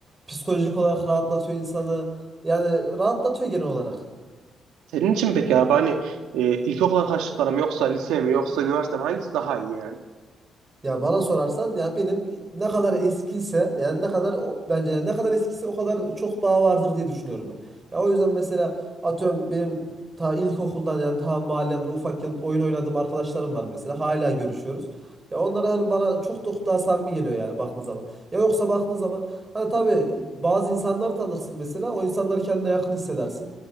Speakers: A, on the right; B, on the right.
A: psikolojik olarak rahatlatıyor insanı. Yani rahatlatıyor genel olarak.
B: Senin için peki abi hani e, ilkokul arkadaşlıkları mı yoksa lise mi yoksa üniversite mi hangisi daha iyi yani?
A: Ya bana sorarsan ya benim ne kadar eskiyse yani ne kadar o- bence yani ne kadar eskiyse o kadar çok bağ vardır diye düşünüyorum ben. Ya o yüzden mesela atıyorum benim Ta ilkokuldan yani ta mahallemde ufakken oyun oynadığım arkadaşlarım var mesela. Hala görüşüyoruz. Ya onlar hani bana çok çok daha samimi geliyor yani baktığın zaman. Ya yoksa baktığın zaman hani tabii bazı insanlar tanırsın mesela. O insanları kendine yakın hissedersin.